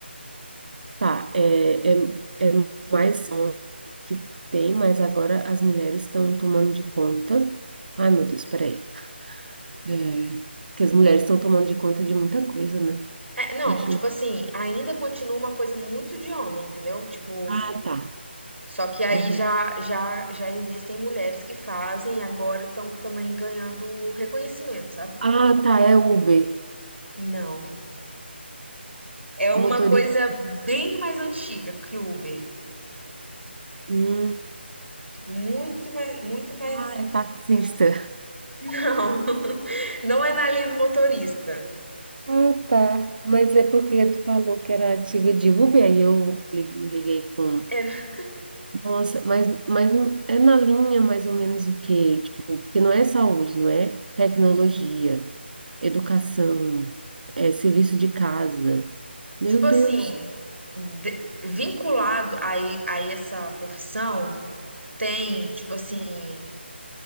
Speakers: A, on the right; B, on the right.
A: Tá, é, é, é mais homens que tem, mas agora as mulheres estão tomando de conta. Ai, meu Deus, peraí. É, que as mulheres estão tomando de conta de muita coisa, né?
B: É, não,
A: Deixa
B: tipo
A: eu.
B: assim, ainda continua uma coisa muito de homem, entendeu? Tipo,
A: Ah,
B: f-
A: tá.
B: só que aí
A: Aham.
B: já já já existem mulheres que fazem e agora estão também ganhando reconhecimento, sabe?
A: Ah, tá, é Uber.
B: Não. É uma
A: Motorista.
B: coisa bem mais antiga que o Uber.
A: Hum.
B: Tipo, muito mais, muito mais.
A: Ah, é taxista.
B: <laughs> Não. Não é na linha do motorista.
A: Ah, tá. Mas é porque tu falou que era antiga de Uber, aí eu li- me liguei com
B: É,
A: Nossa, mas, mas não- é na linha mais ou menos o quê? Tipo, porque não é saúde, não é tecnologia, educação, é serviço de casa. Meu
B: tipo assim,
A: Deus.
B: de- vinculado a, e- a essa profissão, tem, tipo assim,